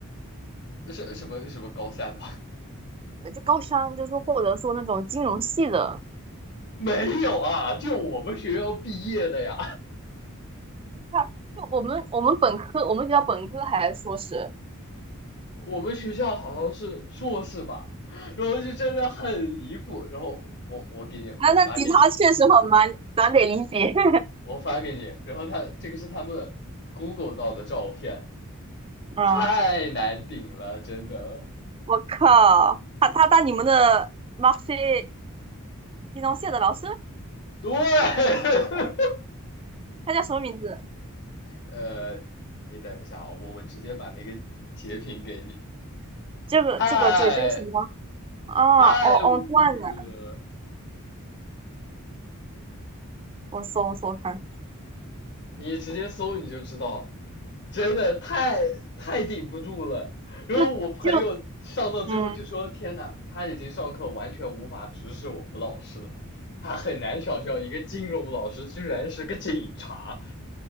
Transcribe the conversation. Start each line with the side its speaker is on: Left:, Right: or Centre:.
Left: 是什么什么高三吧？
Right: 呃就高三，就是说或者说那种金融系的，
Left: 没有啊，就我们学校毕业的呀，
Right: 他就我们我们本科，我们学校本科还硕士，
Left: 我们学校好像是硕士吧，然后就真的很离谱，然后我我给你，
Right: 那那吉他确实很难难得理解。
Left: 我发给你，我我发给你，
Right: <laughs>
Left: 然后他这个是他们的 Google 到的照片，
Right: 嗯，
Left: 太难顶了，真的，
Right: 我靠，他他当你们的 Maxi 金融系的老师，
Left: 对，<laughs>
Right: 他叫什么名字？
Left: 呃，你等一下啊，我我直接把那个截屏给你。
Right: 这个这个对，
Left: 太
Right: 这个什么啊，
Left: 太无语了，
Right: 我我断了，我搜我搜看，
Left: 你直接搜你就知道了，真的太太顶不住了。然后我朋友上到最后就说：
Right: 就就嗯，
Left: “天呐，他已经上课完全无法直视我们老师了，他很难想象一个金融老师居然是个警察。